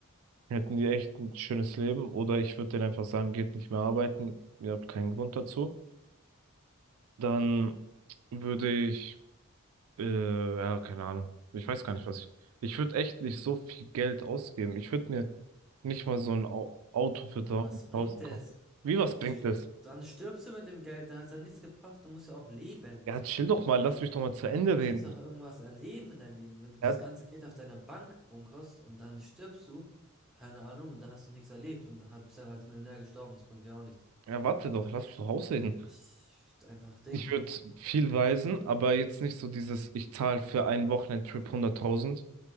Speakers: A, on the right; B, in the centre.
A: Hätten die echt ein schönes Leben. Oder ich würde denen einfach sagen, geht nicht mehr arbeiten. Ihr habt keinen Grund dazu. Dann würde ich, äh, ja, keine Ahnung. Ich weiß gar nicht, was ich. Ich würde echt nicht so viel Geld ausgeben. Ich würde mir nicht mal so ein Au Auto für 300.000
B: Aber was bringt es?
A: kaufen. Wie, was
B: Du, st-
A: bringt das?
B: dann stirbst du mit dem Geld, dann hat es ja nichts gebracht. Du musst ja auch leben.
A: Ja, chill doch mal, lass mich doch mal zu Ende
B: Du
A: reden.
B: willst auch irgendwas erleben in deinem Leben. Wenn du das
A: Ja,
B: ganze Geld auf deiner Bank bunkerst und dann stirbst du, keine Ahnung, und dann hast du nichts erlebt und ha- bist einfach als Millionär gestorben. Das bringt ja auch nichts.
A: ja, warte doch, lass mich doch ausreden.
B: Ich, einfach Ding.
A: Ich würde viel reisen, aber jetzt nicht so dieses, ich zahle für einen Wochenendtrip hunderttausend,